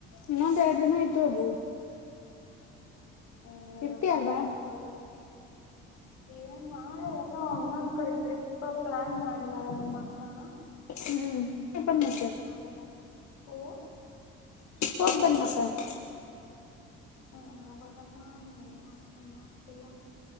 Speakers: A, on the left; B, on the left.
A: ಇನ್ನೊಂದ ಎರಡು ದಿನ ಇದ್ ಹೋಗು
B: ಏನಿರೋದು
A: ಇರ್ತಿ ಅಲ್ವಾ
B: ಏನ್ ಬಿಡೋದು ಏನ್ ನಾಳೆ ಎಲ್ಲೋ ಇನ್ನೊಂದು ಕಡೆ ಟ್ರಿಪ್ ಪ್ಲಾನ್ ಮಾಡಿದ್ದಾಳೆ ನಮ್ಮ ಅಕ್ಕಾ
A: ಹ್ಮ್ಂ <unintelligible>
B: ಮಾಡದ ಓ
A: ಹೋಗ್ ಬನ್ನಿ ಮತ್ತೆ <inaudible>
B: ಎನ್ ಹೋಗೊದಮ್ಮಾ ಎನು ಅರ್ಥಾನೆ ಆಗ್ತಿಲ್ಲ